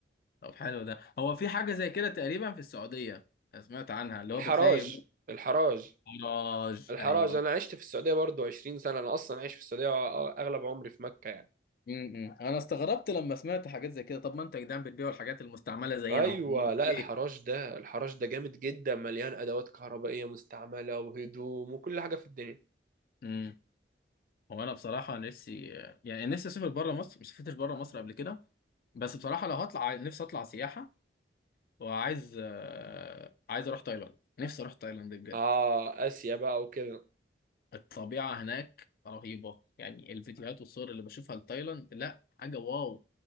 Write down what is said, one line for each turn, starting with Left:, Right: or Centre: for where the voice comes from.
Left: طب حلو ده هو في حاجه زي كده تقريبا في السعوديه أنا سمعت عنها اللي
Right: الحراج
Left: هو بتلاقي
Right: الحراج
Left: مراج
Right: الحراج
Left: ايوه
Right: انا عشت في السعوديه برضو 20 سنه انا اصلا عايش في السعوديه اغلب عمري في مكه يعني
Left: امم انا استغربت لما سمعت حاجات زي كده طب ما انت يا جدعان بتبيعوا الحاجات المستعمله زينا
Right: ايوه
Left: اهو أمال
Right: لا
Left: ليه
Right: الحراش ده الحراش ده جامد جدا مليان ادوات كهربائيه مستعمله وهدوم وكل حاجه في الدنيا
Left: امم هو انا بصراحه نفسي يعني نفسي اسافر بره مصر ما سافرتش بره مصر قبل كده بس بصراحة لو هطلع عاي- نفسي أطلع سياحة وعايز آه، عايز أروح تايلاند نفسي أروح تايلاند بجد
Right: اه اسيا بقى وكده
Left: الطبيعة هناك رهيبة يعني الفيديوهات والصور اللي بشوفها لتايلاند لا حاجة واو